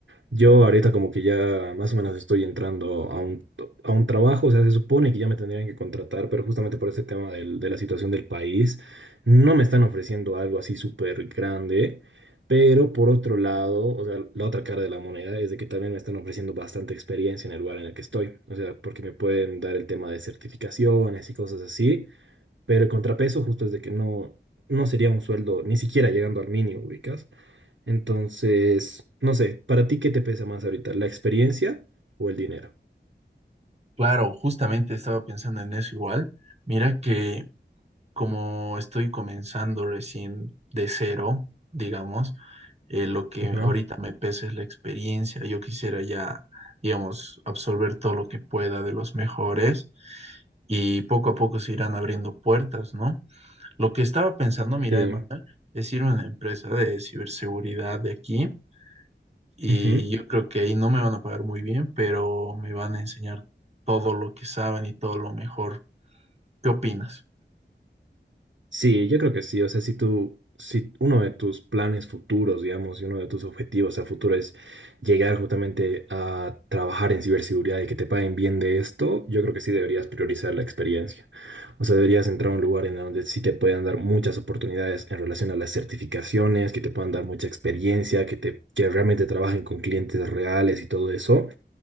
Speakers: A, on the right (about 80°); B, on the right (about 35°).
A: Yo ahorita como que ya más o menos estoy entrando a un, to- a un trabajo, o sea, se supone que ya me tendrían que contratar, pero justamente por ese tema del- de la situación del país, no me están ofreciendo algo así súper grande, pero por otro lado, o sea, la otra cara de la moneda es de que también me están ofreciendo bastante experiencia en el lugar en el que estoy, o sea, porque me pueden dar el tema de certificaciones y cosas así, pero el contrapeso justo es de que no, no sería un sueldo ni siquiera llegando al mínimo, ubicas. Entonces, no sé, ¿para ti qué te pesa más ahorita? ¿La experiencia o el dinero?
B: Claro, justamente estaba pensando en eso igual. Mira que como estoy comenzando recién de cero, digamos, eh, lo que
A: Ajá.
B: ahorita me pesa es la experiencia. Yo quisiera ya, digamos, absorber todo lo que pueda de los mejores y poco a poco se irán abriendo puertas, ¿no? Lo que estaba pensando, mira,
A: Sí.
B: Emanuel, es ir a una empresa de ciberseguridad de aquí y
A: Ujú.
B: yo creo que ahí no me van a pagar muy bien, pero me van a enseñar todo lo que saben y todo lo mejor. ¿Qué opinas?
A: Sí, yo creo que sí. O sea, si tú, si uno de tus planes futuros, digamos, y uno de tus objetivos a futuro es llegar justamente a trabajar en ciberseguridad y que te paguen bien de esto, yo creo que sí deberías priorizar la experiencia. O sea, deberías entrar a un lugar en donde sí te puedan dar muchas oportunidades en relación a las certificaciones, que te puedan dar mucha experiencia, que te, que realmente trabajen con clientes reales y todo eso